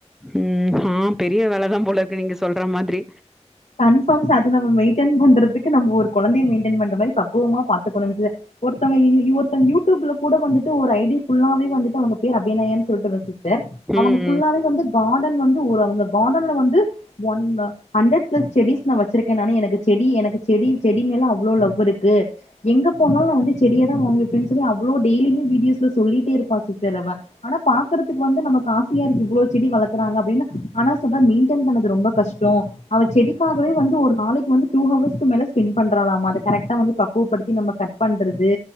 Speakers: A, in the centre; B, on the left.
A: ம் ஆ பெரிய வேலதா போலருக்கு நீங்க சொல்றா மாதிரி
B: கன்ஃபாம் சா அது நம மெய்ன்ட்டன் பண்றதுக்கு நம்ம ஒரு கொழந்தய மெயின்டென் பண்ற மாரி பக்குவமா பாத்துக்கணுங்க ஒருத்தவங்க இ இ யூ ஒருத்தவங்க யூ டியூப்ல கூட வந்துட்டு ஒரு ஐ டி ஃபுல்லாவே வந்துட்டு அவுங்க பேரு அபிநயானு சொல்லிட்டு பெயர் அவுங்க
A: ம்
B: ஃபுல்லாவே
A: ம்
B: வந்து கார்டன் வந்து ஒரு அவுங்க காடன்ல வந்து ஒன் அ அந்த செடிஸ் நா வச்சிருக்கே நானு எனக்கு செடி எனக்கு செடி செடி மேல அவ்ளோ லவ் இருக்கு எங்க போனாலு நா வந்து செடியதா வாங்கிவப்பேன்னு சொல்லி அவ்வளோ டெய்லியுமே வீடியோஸ்ல சொல்லிட்டே இருப்பா சிஸ்டர் அவ ஆனா பாக்குறதுக்கு வந்து நம்மக்காஸ் இவ்ளோ செடி வளக்குருறாங்க அப்படின்னு ஆனா சொல்றா மெயின்டென் பண்றது ரொம்ப கஷ்டோ அவ செடிக்காகவே வந்து ஒரு நாளைக்கு வந்து டூ ஹவர்ஸ்க்கு மேல ஸ்பெண்ட் பண்றாலாமா அத கரெக்டா வந்து பக்குவப்படுத்தி நம்ம கட் பண்றது